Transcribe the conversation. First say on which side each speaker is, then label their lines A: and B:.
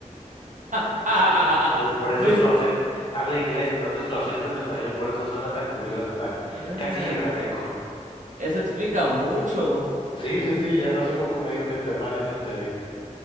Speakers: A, on the right; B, on the left.
A: <laughs>
B: Entonces, por eso
A: Oye,
B: su acento, habla inglés, entonces su acento en español, por eso suena tan curioso, tan
A: ah,
B: casi yucateco.
A: eso explica mucho.
B: Sí, sí, sí, ya hasta hace poco me di cuenta, más bien me enteré.